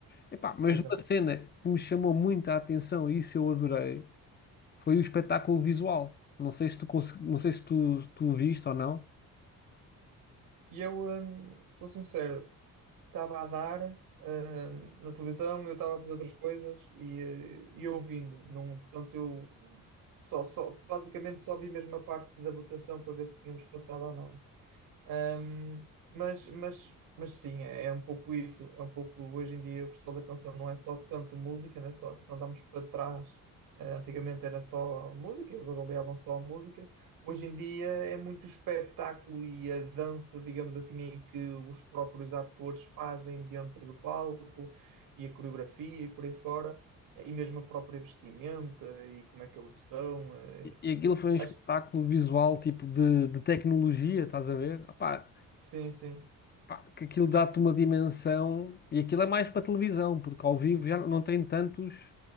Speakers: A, on the left (about 30°); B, on the right (about 80°).
A: Epá, mas
B: exato.
A: uma cena que me chamou muito a atenção e isso eu adorei, foi o espetáculo visual. Não sei se tu, cons- não sei se tu, tu o viste ou não.
B: E eu, hum, sou sincero, estava a dar, hum, na televisão, eu estava a fazer outras coisas e, eh, e ouvindo. Não, portanto, eu só, só, basicamente só vi mesmo a parte da votação para ver se tínhamos passado ou não. Um, mas, mas, mas sim, é é um pouco isso. É um pouco hoje em dia o Festival da Canção não é só tanto música, né? Só, se andarmos para trás. eh, antigamente era só música, eles avaliavam só a música. Hoje em dia é muito o espetáculo e a dança, digamos assim, em que os próprios atores fazem dentro do palco e a coreografia e por aí fora, e mesmo a própria vestimenta e como é que eles estão. eh,
A: E e aquilo foi um
B: Acho
A: espetáculo visual, tipo de, de tecnologia, estás a ver? Opá,
B: que sim, sim,
A: pá, que aquilo dá-te uma dimensão. E aquilo é mais para televisão, porque ao vivo já não tem tantos,